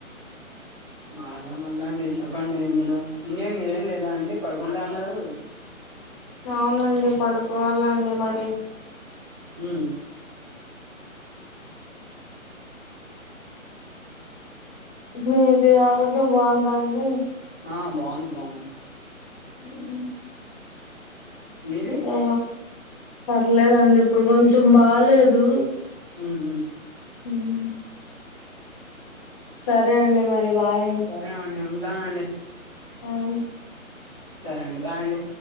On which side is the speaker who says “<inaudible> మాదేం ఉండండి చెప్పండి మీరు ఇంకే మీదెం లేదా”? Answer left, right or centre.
Centre